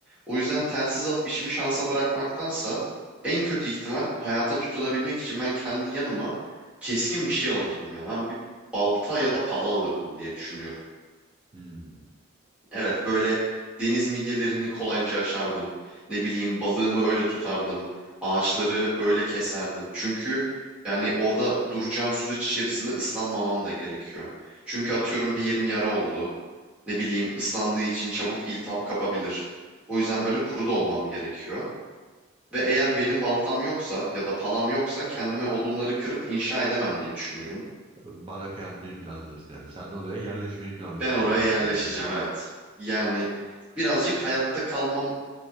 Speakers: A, in the centre; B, on the right.
A: O yüzden telsiz alıp işimi şansa bırakmaktansa en kötü ihtimal hayata tutunabilmek için ben kendi yanıma keskin bir şey alırdım ya. Ben bir balta ya da pala alırdım diye düşünüyorum.
B: Hmm.
A: Evet böyle deniz midyelerini kolayca açardım. Ne bileyim balığımı öyle tutardım. Ağaçları öyle keserdim. Çünkü yani orada duracağım süreç içerisinde ıslanmamam da gerekiyor. Çünkü atıyorum bir yerim yara oldu. Ne bileyim ıslandığı için çabuk iltihap kapabilir. O yüzden böyle kuru da olmam gerekiyor. Ve eğer benim baltam yoksa ya da palam yoksa kendime odunları kırıp inşa edemem diye düşünüyorum.
B: Baraka yapmayı planlıyorsun yani. Sen oraya yerleşmeyi planladın
A: Ben oraya
B: gibi hissediyorum
A: yerleşeceğim
B: ben.
A: evet. Yani birazcık hayatta kalmam